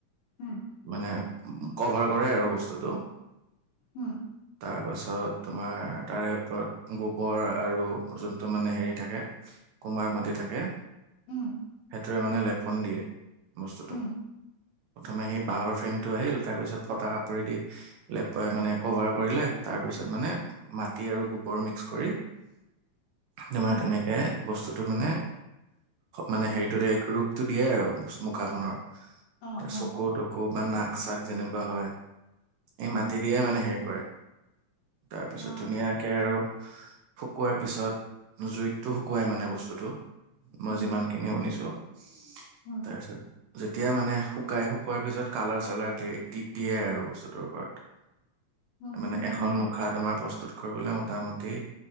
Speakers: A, on the left; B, on the right.
A: উম
B: মানে কভাৰ কৰে আৰু বস্তুটো
A: উম
B: তাৰ তাৰপাছত তোমাৰ তাৰে ওপৰত গোবৰ আৰু যোনটো মানে হেৰি থাকে কুমাৰ মাটি থাকে,
A: উম
B: সেইটোৱে মানে লেপন দিয়ে বস্তুটোক।
A: উম
B: প্ৰথমে সেই বাঁহৰ ফ্ৰেমটো আহিল, তাৰপিছত ফটা কাপোৰে দি লেপ মানে কভাৰ কৰিলে, তাৰপিছত মানে মাটি আৰু গোবৰ মিক্স কৰি তোমাৰ
A: উম
B: তেনেকে বস্তুটো মানে মানে হেৰিটো ৰোগ দিয়ে আৰু মুখাখনৰ
A: অ
B: চকু
A: অ
B: তকু বা নাক চাক যেনেকুৱা হয়। এই
A: উম
B: মাত মানে হেৰি কৰে, তাৰপিছত
A: অ,
B: ধুনীয়াকে আৰু শুকোৱাৰ পিছত, জুইতটো শুকুৱাই মানে বস্তুটো মই
A: হুম,
B: যিমানখিনি শুনিছোঁ। তাৰপিছত
A: হুম,
B: যেতিয়া মানে শুকাই, শুকোৱাৰ পিছত কালাৰ চালাৰ দে দি দিয়ে আৰু বস্তুটোৰ ওপৰত।
A: হুম, হুম,
B: মানে
A: হুম,
B: এখন মুখা তোমাৰ প্ৰস্তুত কৰিবলৈ মোটা মোটামুটি